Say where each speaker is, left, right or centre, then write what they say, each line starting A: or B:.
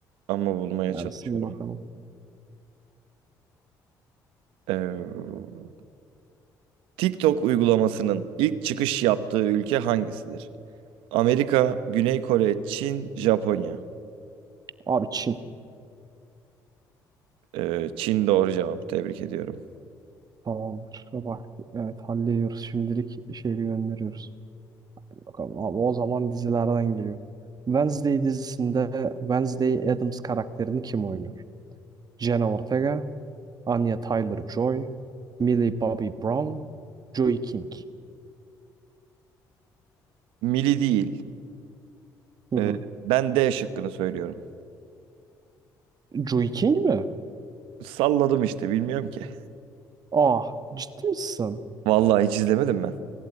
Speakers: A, on the right; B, on the right.
A: Ama bulmaya
B: Gelsin
A: çalışıyorum.
B: bakalım.
A: Ee, TikTok uygulamasının ilk çıkış yaptığı ülke hangisidir? Amerika, Güney Kore, Çin, Japonya.
B: Abi Çin.
A: Ee, Çin doğru cevap. Tebrik ediyorum.
B: Tamamdır. Bak evet hallediyoruz. Şimdilik şeyi gönderiyoruz. Bakalım abi o zaman dizilerden geliyor. Wednesday dizisinde Wednesday Addams karakterini kim oynuyor? Jenna Ortega, Anya Taylor-Joy, Millie Bobby Brown, Joey King.
A: Mili değil.
B: Hı hı.
A: Ee, ben D şıkkını söylüyorum.
B: Joey King mi?
A: Salladım işte bilmiyorum ki.
B: Ah ciddi misin?
A: Vallahi hiç izlemedim ben.